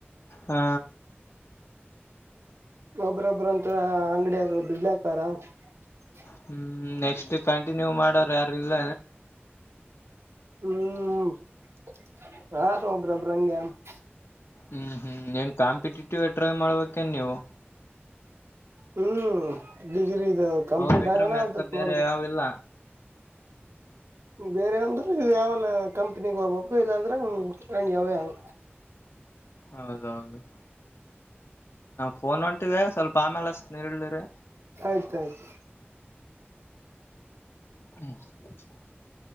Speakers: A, on the left (about 75°); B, on the right (about 85°).
A: ಹಾ
B: ಒಬ್ರೊಬ್ರು ಅಂತ ಅಂಗಡಿ ಆಗದು <unintelligible>
A: ಹ್ಮ್ ನೆಕ್ಸ್ಟ್ ಕಂಟಿನ್ಯೂ ಮಾಡೋರು ಯಾರಿಲ್ಲ?
B: ಹ್ಮ್ ಹ <unintelligible>
A: ಹ್ಮ್ ಹ್ಮ್ ಏನ್ ಕಾಂಪಿಟೇಟಿವ್ ಟ್ರೈ ಮಾಡ್ಬೇಕನ್ ನೀವು?
B: ಹ್ಮ್ <unintelligible> ಇದು ಕಂಪ್ಲೀಟ್
A: ಅವು ಬಿಟ್ರೆ
B: ಆಗಣ
A: ಮ್ಯಾತ್
B: ಅದಕ್
A: ಬೇರೆ
B: ನೋಡ್ಬೇಕು.
A: ಯಾವಿಲ್ಲ
B: ಬೇರೆ ಅಂದ್ರ ಯಾವನ ಕಂಪ್ನಿಗ್ ಹೋಗ್ಬೇಕು ಇಲ್ಲಾಂದ್ರೆ ಹಂಗ್ಯಾವೇ ಯಾವ
A: ಹೌದೌದು ಫೋನ್ಂ ಟ್ಟದೆ ಸ್ವಲ್ಪ ಆಮೇಲೆ ಹಚ್ಚ್ತಿನಿಳ್ಳಿರಿ.
B: ಆಯ್ತಾಯ್ತು.
A: ಹ್ಮ <inaudible>